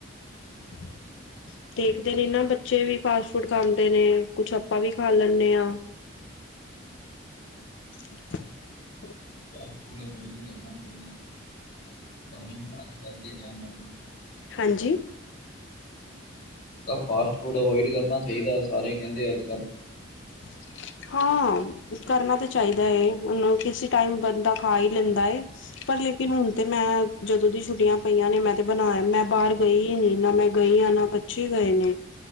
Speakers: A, on the left; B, on the left.
A: <inaudible> ਦੇਖਦੇ
B: ਖਾਂਦਾ,
A: ਨੇ ਨਾ ਬੱਚੇ ਵੀ ਫਾਸਟ ਫੂਡ ਖਾਂਦੇ ਨੇ ਕੁਛ ਆਪਾਂ ਵੀ ਖਾ ਲੈਂਦੇ ਹਾਂ। <unintelligible>
B: ਫਾਸਟ ਫੁਡ ਨਾ ਪਤਾ ਨੇ ਕੀ ਗੱਲ ਬਣਦੀ ਇਹਨਾਂ ਦੀ ਪਾਣੀ ਵੀ ਬੰਦ ਕਾਰ ਕੇ ਗਿਆ ਯਾ ਨਹੀਂ।
A: ਹਾਂਜੀ।
B: ਫਾਸਟ ਫੂਡ ਅਵੋਇਡ ਕਰਨਾ ਚਾਹੀਦਾ ਸਾਰੇ ਕਹਿੰਦੇ ਅੱਜ ਕੱਲ
A: <inaudible> ਹਾਂ ਕਰਨਾ ਤਾਂ ਚਾਹੀਦਾ ਹੈ, ਹੁਣ ਕਿਸੇ ਟਾਈਮ ਬੰਦਾ ਖਾ ਹੀ ਲੈਂਦਾ ਹੈ। ਪਰ ਲੇਕਿਨ ਹੁਣ ਤੇ ਮੈਂ ਜਦੋਂ ਦੀ ਛੁੱਟੀਆਂ ਪਈਆਂ ਨੇ ਮੈਂ ਤੇ ਬਣਾਯਾ ਮੈਂ ਬਾਰ ਗਈ ਈ ਨੀ ਨਾ ਮੈਂ ਗਈ ਆ ਨਾ ਮੈ ਬੱਚੇ ਗਏ ਨੇ